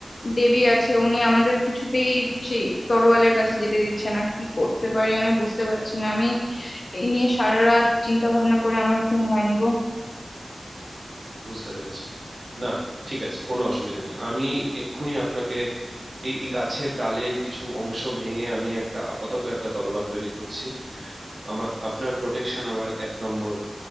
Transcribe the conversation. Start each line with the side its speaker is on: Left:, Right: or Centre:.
Left: দেবী আছে উনি আমাদের কিছুতেই সেই তরোয়ালের কাছে যেতে দিচ্ছে না কি করতে পারি আমি বুঝতে পারছি না আমি এই নিয়ে সারা রাত চিন্তা ভাবনা করে আমার ঘুম হয়নি গো
Right: বুঝতে পেরেছি না ঠিক আছে কোনো অসুবিধা নেই আমি এক্ষুনি আপনাকে এই এই গাছের ডালের কিছু অংশ ভেঙে আমি একটা আপাতত একটা তলোয়ার তৈরি করছি আমার আপনার প্রোটেকশন আমার এক নম্বর